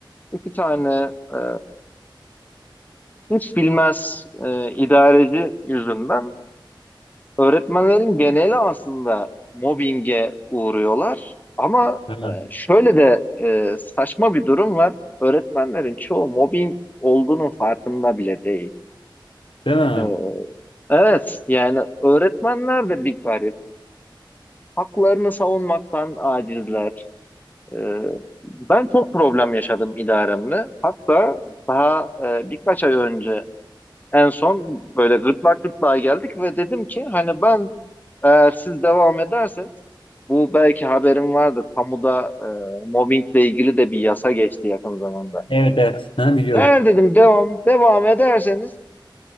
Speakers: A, on the left; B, on the left.
A: iki tane e, hiç bilmez e, idareci yüzünden öğretmenlerin geneli aslında mobbinge uğruyorlar. Ama
B: Ha,
A: e, şöyle de e, saçma bir durum var. Öğretmenlerin çoğu mobbing olduğunun farkında bile değil.
B: Değil mi?
A: E, evet, yani öğretmenler de bir garip. Haklarını savunmaktan acizler. E, ben çok problem yaşadım idaremle. Hatta daha e, birkaç ay önce en son böyle gırtlak gırtlağa geldik ve dedim ki hani ben Eğer siz devam ederseniz bu belki haberim vardır. Kamuda e, mobbingle ilgili de bir yasa geçti yakın zamanda.
B: Evet evet. Ha, biliyorum.
A: Eğer dedim devam devam ederseniz